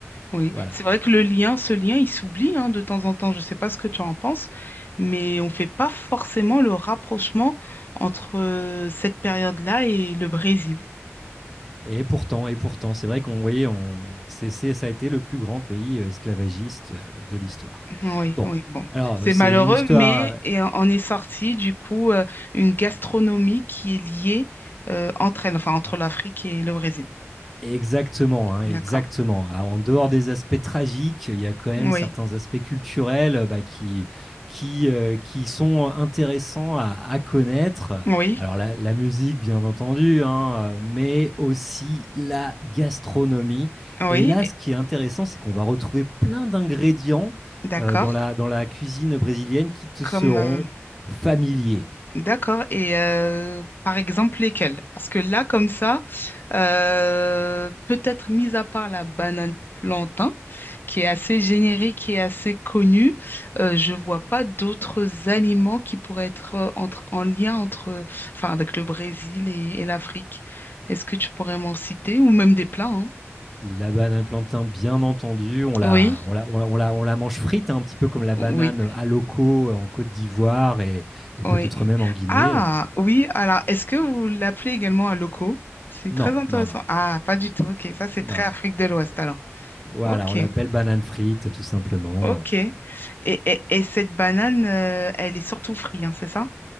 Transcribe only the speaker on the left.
oui.
C'est vrai que le lien, ce lien, il s'oublie hein, de temps en temps. Je ne sais pas ce que tu en penses, mais on ne fait pas forcément le rapprochement entre euh, cette période-là et le Brésil.
Oui,
oui, bon.
C'est
malheureux,
mais et en- en est sorti du coup euh, une gastronomie qui est liée euh, entre elles, enfin entre l'Afrique et le Brésil.
D'accord.
Oui,
oui,
oui,
d'accord.
Comme
euh,
D'accord. Et euh, par exemple, lesquels? Parce que là, comme ça, euh, peut-être mis à part la banane plantain, qui est assez générique et assez connue, euh, je vois pas d'autres aliments qui pourraient être euh, entre, en lien entre, enfin, avec le Brésil et, et l'Afrique. Est-ce que tu pourrais m'en citer? Ou même des plats, hein?
Oui,
oui,
oui.
Ah,
oui, alors, est-ce que vous l'appelez également un loco? C'est très
intéressant.
Ah, pas du tout, ok. Ça, c'est
très Afrique de l'Ouest, alors.
Ok,
ok.
Et, et, et cette banane, euh, elle est surtout frite, hein, c'est ça?